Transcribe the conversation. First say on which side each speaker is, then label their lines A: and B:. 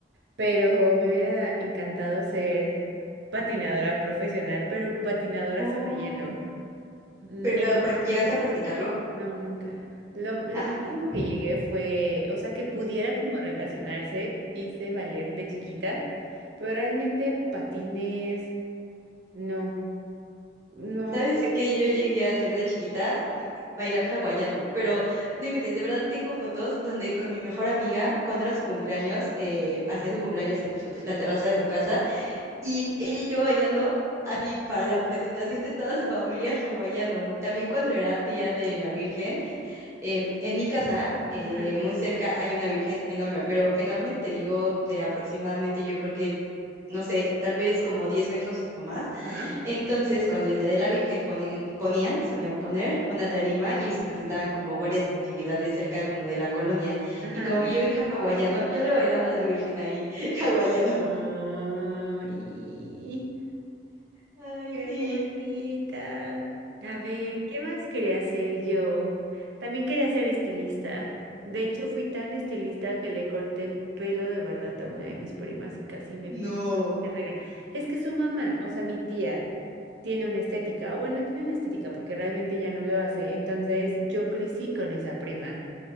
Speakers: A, on the right (about 80°); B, on the right (about 15°).
A: pero me hubiera encantado ser patinadora profesional, pero patinadora
B: Oh,
A: sobre hielo. Me
B: pero ¿prac- ¿llegaste a practicarlo?
A: No, nunca. Lo, lo
B: Ah,
A: máximo
B: ok.
A: que llegué fue, o sea, que pudiera como relacionarse, hice ballet de chiquita, pero realmente patines, no, no.
B: ¿Sabes qué yo llegué a hacer de chiquita? Bailar hawaiano, pero no inventes, de verdad tengo fotos donde con mi mejor amiga, cuando era su cumpleaños, eh, hacía su cumpleaños en su te- la terraza de su casa, y ella y yo bailando así para la presentación de toda su familia hawaiano. También cuando era Día de la Virgen, em, en mi casa, eh,
A: Ajá,
B: muy cerca, hay una virgen enorme, pero enorme te digo de aproximadamente, yo creo que, no sé, tal vez como 10 metros o más.
A: ajá,
B: Entonces, cuando es Día de la Virgen, ponen, ponían, solían poner una tarima y se presentaban como varias actividades cerca como de la colonia.
A: ajá.
B: Y como yo en hawaiano, yo le bailaba a la Virgen ahí, <laughs> hawaiano.
A: Ay,
B: Ay,
A: qué
B: sí.
A: bonita. A ver, ¿qué más quería hacer yo? También quería ser estilista. De hecho, fui tan estilista que le corté el pelo de verdad a una de mis primas y casi me
B: No,
A: me rega- Es que su mamá, o sea, mi tía, tiene una estética, o bueno, tiene una estética porque realmente ya no lo hace. Entonces yo crecí con esa prima.